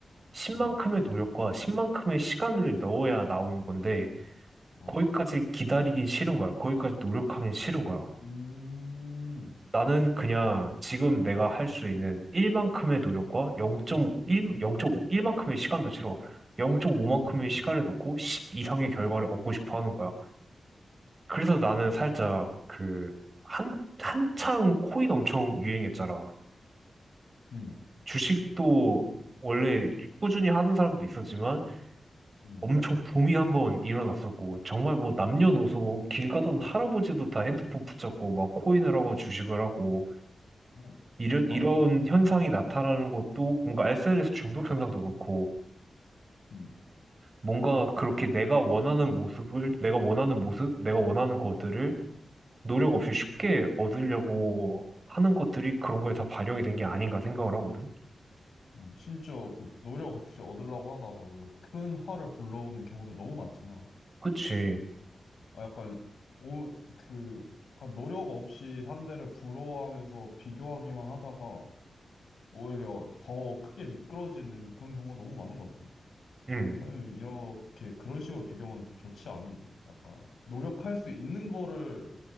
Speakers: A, on the right; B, on the left.
A: 10만큼의
B: 어,
A: 노력과 10만큼의 시간을 넣어야 나오는 건데
B: 어.
A: 거기까지 기다리긴 싫은 거야. 거기까지 노력하긴 싫은 거야.
B: 음,
A: 나는 그냥 지금 내가 할 수 있는 1만큼의 노력과 0 영점 일만큼의 시간도 싫어. 0.5만큼의
B: 음,
A: 시간을 넣고 10 이상의 결과를 얻고 싶어 하는 거야. 그래서 나는 살짝 그 한, 한창 코인 엄청 유행했잖아.
B: 음,
A: 주식도 원래 꾸준히 하는 사람도 있었지만
B: 음.
A: 엄청 붐이 한번 일어났었고 정말 뭐 남녀노소 뭐 길 가던 할아버지도 다 핸드폰 붙잡고 막 코인을 하고 주식을 하고
B: 어,
A: 이런
B: 맞아.
A: 이런 현상이 나타나는 것도 뭔가 SNS 중독 현상도 그렇고
B: 음,
A: 뭔가 그렇게 내가 원하는 모습을 내가 원하는 모습 내가 원하는 것들을 노력 없이 쉽게 얻으려고 하는 것들이 그런 거에 다 반영이 된 게 아닌가 생각을 하거든.
B: 음. 심지어 그 노력 없이 얻으려고 하다가 오히려 큰 화를 불러오는 경우도 너무 많잖아.
A: 그치?
B: 어, 약간, 오, 그, 약간 노력 없이 상대를 부러워하면서 비교하기만 하다가 오히려 더 크게 미끄러지는 그런 경우가 너무 많은 것 같아요.
A: 응,
B: 선생님, 이렇게 그런 식으로 비교하면 좋지 않은데. 약간, 노력할 수 있는 거를